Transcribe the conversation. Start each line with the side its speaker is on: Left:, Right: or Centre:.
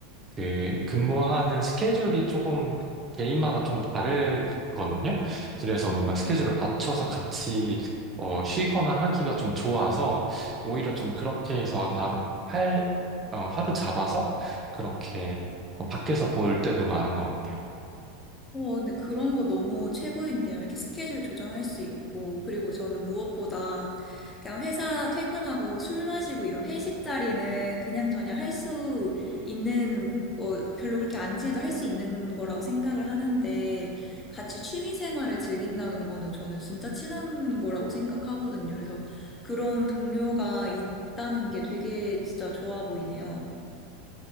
Right: 그 근무하는 스케줄이 조금 개인마다 좀 다르거든요. 그래서 뭔가 스케줄을 맞춰서 같이 어, 쉬거나 하기가 좀 좋아서 오히려 좀 그렇게 해서 나, 할, 어, 하루 잡아서 그렇게 어, 밖에서 볼 때도 많은 것 같아요.
Left: 어, 근데 그런 거 너무 최고인데요. 이렇게 스케줄 조정할 수 있고, 그리고 저는 무엇보다 그냥 회사 퇴근하고 술 마시고 이런 회식 자리는 그냥 저냥 할 수 있는, 어, 별로 그렇게 안 친해도 할 수 있는 거라고 생각을 하는데, 같이 취미 생활을 즐긴다는 거는 저는 진짜 친한 거라고 생각하거든요. 그래서 그런 동료가 있다는 게 되게 진짜 좋아 보이네요.